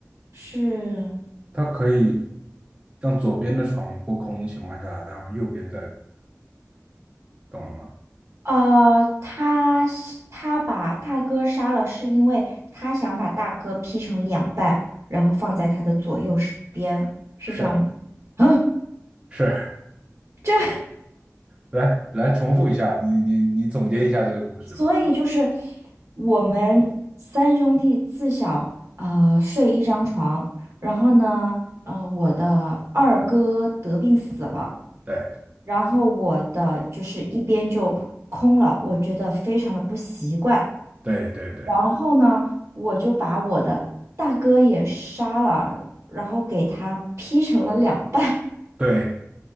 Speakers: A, on the right; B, on the right.
A: 是，
B: 他可以让左边的床不空的情况下，然后右边再，懂了吗？
A: 呃，他他把大哥杀了，是因为他想把大哥劈成两半，然后放在他的左右手边，是这样吗？
B: 是
A: 啊，
B: 是，
A: 这，
B: 来来重复一下，你你你总结一下这个故事吧。
A: 所以就是我们三兄弟自小呃睡一张床，然后呢，呃，我的二哥得病死了。
B: 对
A: 然后我的就是一边就空了，我觉得非常的不习惯。
B: 对对对
A: 然后呢，我就把我的大哥也杀了，然后给他劈成了两半。
B: 对